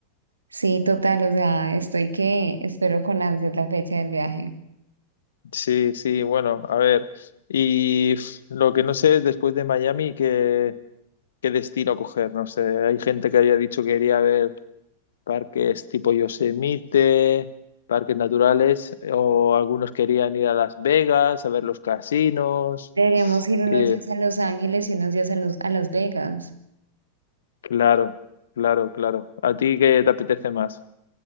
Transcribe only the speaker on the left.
Sí, sí, bueno, a ver. Y pf, lo que no sé es después de Miami qué, qué destino coger. No sé, hay gente que había dicho que quería ver parques tipo Yosemite, parques naturales, o algunos querían ir a Las Vegas a ver los casinos.
Y,
claro, claro, claro. ¿A ti qué te apetece más?